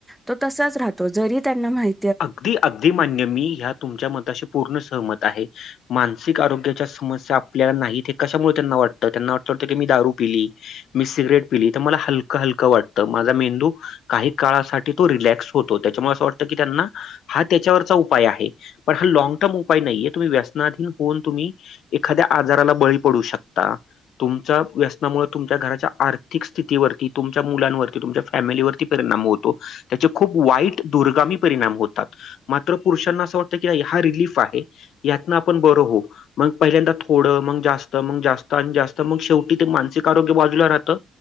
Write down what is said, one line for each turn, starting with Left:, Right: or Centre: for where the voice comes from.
Centre: तो तसाच राहतो जरी त्यांना माहि
Left: अगदी अगदी मान्य मी ह्या तुमच्या मताशी पूर्ण सहमत आहे. मानसिक आरोग्याच्या समस्या आपल्याला नाहीत हे कशामुळे त्यांना वाटतं त्यांना वाटतं वाटतं की मी दारू पिली मी सिगरेट पिली तर मला हलकं हलकं वाटतं माझा मेंदू काही काळासाठी तो रिलॅक्स होतो त्याच्यामुळे असं वाटतं की त्यांना हा त्याच्यावरचा उपाय आहे पण हा लाँग टर्म उपाय नाहीये तुम्ही व्यसनाधीन होऊन तुम्ही एखाद्या आजाराला बळी पडू शकता. तुमच्या व्यसनामुळे तुमच्या घराच्या आर्थिक स्थितीवरती, तुमच्या मुलांवरती, तुमच्या फॅमिलीवरती परिणाम होतो त्याचे खूप वाईट दुर्गामी परिणाम होत तात मात्र पुरुषांना असं वाटत की हा रिलीफ आहे यातन आपण बर होऊ. मग पहिल्यांदा थोडं मग जास्त मग जास्त आणि जास्त मग शेवटी ते मानसिक आरोग्य बाजूला राहतं